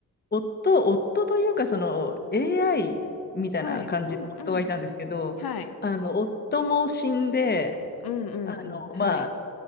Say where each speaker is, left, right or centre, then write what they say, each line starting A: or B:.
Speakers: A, on the left; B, on the left.
A: 夫、夫というかその AI みたいな感じの夫がいたんですけど、
B: はい。うんうん。はい。
A: あの、夫も死んで、
B: うんうんうん。
A: あの、
B: はい。
A: まあ、